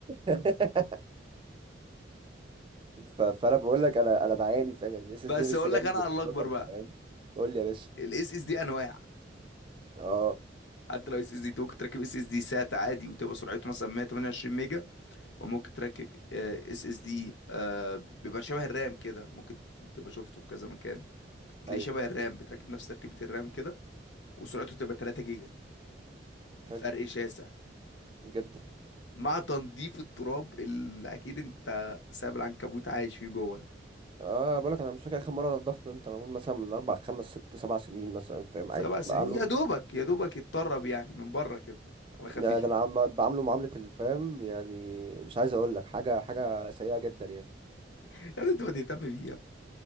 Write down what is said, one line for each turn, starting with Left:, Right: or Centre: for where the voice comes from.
Right: <laughs> ف... فانا بقول لك انا انا بعاني فاهم يعني الاس اس
Left: بس
Right: دي لسه
Left: اقول
Right: جايب
Left: لك انا على الله اكبر
Right: رقم
Left: بقى
Right: فاهم قول لي يا باشا
Left: الاس اس دي انواع
Right: اه
Left: حتى لو اس اس دي تو كنت راكب اس اس دي سات عادي وتبقى سرعته مثلا 128 ميجا وممكن تركب اس اس دي بيبقى شبه الرام كده ممكن تبقى شفته في كذا مكان تلاقيه
Right: ايوه
Left: شبه الرام بتركب نفس تركيبة الرام كده وسرعته تبقى 3 جيجا
Right: حلو
Left: فرق شاسع
Right: جدا
Left: مع تنظيف التراب اللي اكيد انت سايب العنكبوت عايش فيه جوه ده
Right: اه بقول لك انا مش فاكر اخر مره نضفت انت معمول مثلا من اربع خمس ست سبع سنين مثلا فاهم
Left: سبع
Right: عادي
Left: سنين
Right: بعمله
Left: يا دوبك يا دوبك يتطرب يعني من بره كده على خفيف
Right: يعني ده انا عم-
Left: <laughs>
Right: بعمله معامله الفهم يعني مش عايز اقول لك حاجه حاجه سيئه جدا يعني
Left: يا ابني انت ما تهتم بيه يا